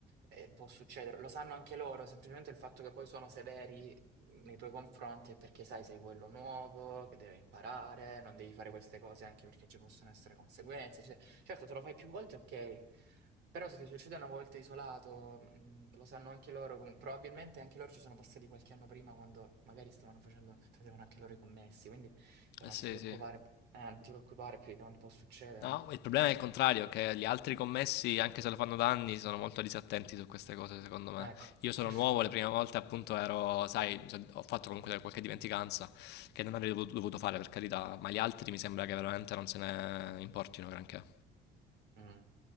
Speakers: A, on the right; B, on the left.
A: eh, può succedere. Lo sanno anche loro, semplicemente il fatto che poi sono severi nei tuoi confronti è perché sai, sei quello nuovo, che deve imparare, non devi fare queste cose anche perché ci possono essere conseguenze, eccetera. Certo, te lo fai più volte, ok, però se ti succede una volta isolato, mh, lo sanno anche loro, com- probabilmente anche loro ci sono passati qualche anno prima quando magari stavano facendo, facevano anche loro i commessi, quindi eh, non
B: Eh sì,
A: ti preoccupare,
B: sì.
A: eh, non ti preoccupare più di tanto può succedere.
B: No,
A: eh.
B: il problema è il contrario, che gli altri commessi, anche se lo fanno da anni, sono molto disattenti su queste cose, secondo me.
A: Ecco,
B: Io
A: <laughs>
B: sono nuovo, le prime volte appunto ero, sai, so- ho fatto comunque qualche dimenticanza che non avrei dovuto dovuto fare per carità, ma gli altri mi sembra che veramente non se ne importino granché.
A: Mm,